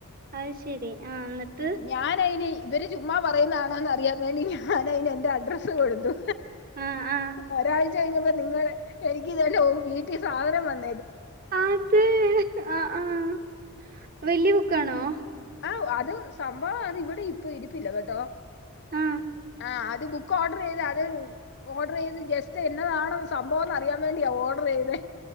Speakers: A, on the right (about 40°); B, on the left (about 50°).
A: അത് ശരി ആഹ് ഇന്ന്ട്ട്
B: ഞാനയിന് ഇവര് ചുമ്മാ പറയുന്നാണോന്ന് അറിയാൻ വേണ്ടി ഞാനയിന് എന്റെ അഡ്രസ്സ് കൊട്ത്തു...
A: ആഹ് ആഹ്
B: ഒരാഴ്ച കഴിഞ്ഞപ്പൊ നിങ്ങടെ എനിക്കിതെന്റെ ഓ വീട്ടി സാധനം വന്നു
A: അത് ആഹ് ആഹ് വെല്യ ബുക്കാണൊ
B: ആഹ് അത് സംഭവം അത് ഇവടെ ഇപ്പൊ ഇരിപ്പില്ല കെട്ടൊ
A: ആഹ്
B: ആഹ് അത് ബുക്ക് ഓർഡർ ചെയ്ത് അത് ഓർഡർ ചെയ്ത് ജസ്റ്റ് എന്നതാണ് സംഭവം എന്ന് അറിയാൻ വേണ്ടിയാ ഓർഡർ ചെയ്തത്